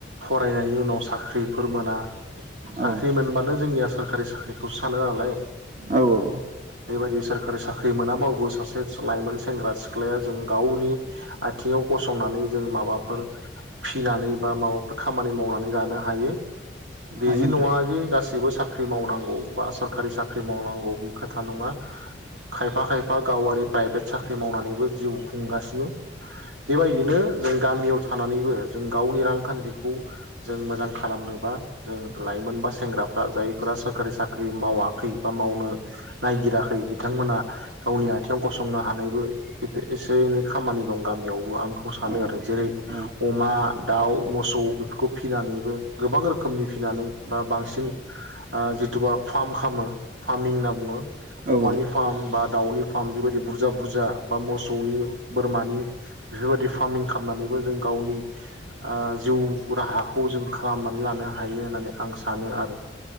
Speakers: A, on the right; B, on the right.
A: फरायनायनि उनाव साख्रिफोर मोना साख्रि
B: औ
A: मोनबानो जोंनिया सोरखारि साख्रिखौसो सानो नालाय।
B: औ औ
A: बेबायदि सोरखारि साख्रि मोनाबाबो सासे लाइमोन सेंग्रा सिख्लाया जों गावनि आथिङाव गसंनानै जों माबाफोर फिनानै बा माबाफोर खामानि मावनानै जानो हायो बेजि
B: हायो नोंथां
A: नङाजि गासैबो साख्रि मावनांगौ बा सरखारि साख्रि मावनांगौ। खोथा नङा खायफा खायफा गावारि प्राइभेट साख्रि मावनानैबो जिउ खुंगासिनो बेबायदिनो जों गामियाव थानानैबो जों गावनि रांखान्थिखौ जों मोजां खालामनोबा जों लाइमोन बा सेंग्राफ्रा जायफोरा सोरखारि साख्रि मावाखै बा मावनो नायगिराखै बिथांमोना गावनि आथिङाव गसंनो हानायबो एसे एनै खामानि दं गामियावबो आं बेखौ सानो
B: औ
A: आरो जेरै
B: औ
A: अमा दाउ मोसौ बेफोरखौ फिनानैबो गोबां रोखोमनि फिनानै बा बांसिन ओ जिथुबा फार्म खालामो फार्मिं होनना बुङो।
B: औ
A: अमानि
B: औ
A: फार्म बा दाउनि फार्म बेबायदि बुरजा बुरजा बा मोसौनि बोरमानि बेफोरबायदि फार्मिं खालामनानैबो जों गावनि ओ जिउ राहाखौ जों खालामनानै लानो हायो होननानै आं सानो आरो।